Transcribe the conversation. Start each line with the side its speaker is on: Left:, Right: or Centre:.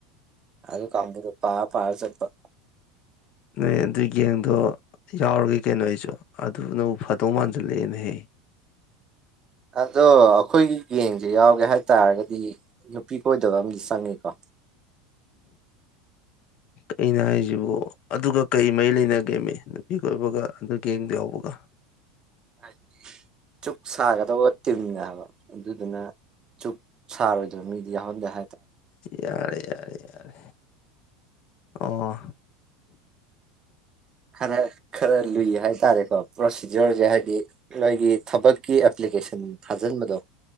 Right: ꯑꯗꯨ ꯑꯝꯕꯗ ꯔꯨꯄꯥ ꯄꯔꯁ ꯔꯨꯄꯥ
Left: ꯅꯣꯏ ꯑꯗꯨꯏ ꯌꯦꯡꯗꯣ ꯌꯥꯎꯔꯒꯦ ꯀꯩꯅꯣ ꯑꯩꯁꯨ ꯑꯗꯨꯅꯕꯨ ꯐꯗꯧ ꯃꯥꯟꯁꯤꯜꯂꯛꯑꯦꯅ ꯍꯦꯛ
Right: ꯑꯗꯣ ꯑꯩꯈꯣꯏꯒꯤ ꯌꯦꯡꯁꯦ ꯌꯥꯎꯒꯦ ꯍꯥꯏꯇꯥꯔꯒꯗꯤ ꯅꯨꯄꯤ ꯀꯣꯏꯗꯕ ꯑꯃꯗꯤ ꯆꯪꯉꯤꯀꯣ
Left: ꯑꯩꯅ ꯍꯥꯏꯁꯤꯕ ꯑꯗꯨꯒ ꯀꯩ ꯃꯔꯤ ꯂꯩꯅꯒꯦꯃꯤ ꯃꯤꯀꯣꯏꯕꯒ ꯑ ꯌꯦꯡꯗ ꯌꯥꯎꯕꯒ
Right: ꯍꯥꯏꯗꯤ ꯆꯨꯛ ꯁꯥꯒꯗꯕ ꯑꯣꯠꯇꯤꯝꯅꯦꯕ ꯑꯗꯨꯗꯨꯅ ꯆꯨꯞ ꯁꯔ ꯑꯣꯏꯗꯣ ꯃꯤ ꯌꯥꯎꯍꯣꯟꯥꯏ
Left: ꯌꯥꯔꯦ ꯌꯥꯔꯦ ꯌꯥꯔꯦ ꯑꯣ
Right: ꯈꯔ ꯈꯔ ꯂꯨꯏ ꯍꯥꯏꯇꯥꯔꯦꯀꯣ ꯄ꯭ꯔꯣꯁꯤꯖꯔꯁꯦ ꯍꯥꯏꯗꯤ ꯅꯣꯏꯒꯤ ꯊꯕꯛ ꯀ ꯑꯦꯄ꯭ꯂꯤꯀꯦꯁꯟ ꯊꯥꯖꯤꯟꯕꯗꯣ